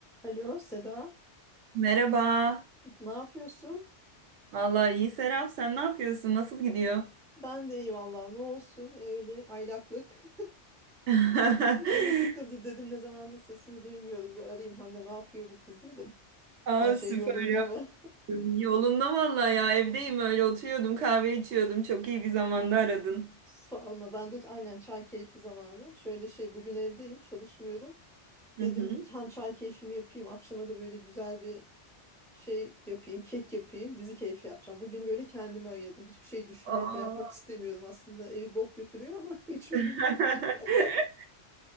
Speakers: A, in the centre; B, on the right (about 75°).
A: Alo Seda,
B: Merhaba.
A: ne yapıyorsun?
B: Vallahi iyi Serap. Sen ne yapıyorsun? Nasıl gidiyor?
A: Ben de iyi vallahi ne olsun öyle aylaklık.
B: <laughs>
A: <laughs> Canım sıkıldı dedim ne zamandır sesini duymuyorum bir arayayım hem de ne yapıyor bu kız dedim.
B: Aa,
A: Her şey
B: süper
A: yolunda mı?
B: yaptın.
A: <laughs>
B: Yolunda vallahi ya. Evdeyim öyle oturuyordum. Kahve içiyordum. Çok iyi bir zamanda aradın.
A: Sorma ben de aynen çay keyfi zamanı. Şöyle şey bugün evdeyim çalışmıyorum.
B: Hı
A: Dedim
B: hı.
A: hem çay keyfimi yapayım akşama da böyle güzel bir şey yapayım, kek yapayım, dizi keyfi yapacağım. Bugünü böyle kendime ayırdım. Hiçbir şey düşünmek
B: Aa.
A: ve yapmak istemiyorum. Aslında evi bok götürüyor ama <laughs> hiç umurumda
B: <laughs>
A: değil. <laughs>